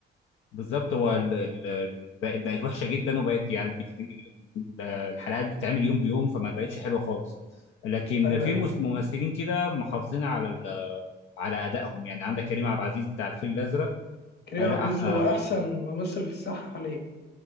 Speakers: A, on the left (about 80°); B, on the left (about 55°).
A: بالظبط هو ال- ال- بقت بقت وحشه جدا وبقت يعني بت- الحلقات بتتعمل يوم بيوم فما بقتش حلوه خالص لكن
B: ايوه
A: في
B: ايوه
A: مس- ممثلين كده محافظين على ال- على ادائهم يعني عندك كريم عبد العزيز بتاع الفيل الازرق
B: كريم
A: آه، لا
B: عبد العزيز هو احسن
A: آه،
B: ممثل في الساحة حاليا